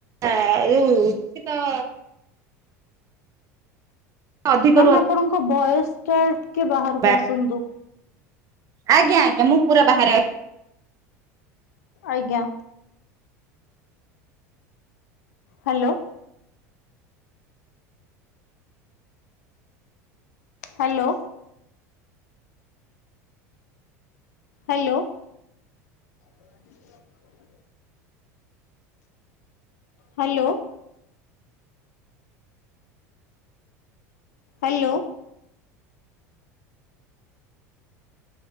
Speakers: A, on the right; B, on the left.
A: ହା ଉ ଖିତ। ଅଧିକରୁ
B: ମ୍ୟାମ୍ ଆପଣଙ୍କ ଭ ଏସ୍ଟା ଟିକେ ବାହାରକୁ
A: ଅଧିକ
B: ଆସନ୍ତୁ।
A: ଆଜ୍ଞା, ଆଜ୍ଞା ମୁ ପୁର ବାହାରେ ଅଛି।
B: ଆଜ୍ଞା। Hello. Hello. Hello. <unintelligible> Hello. Hello.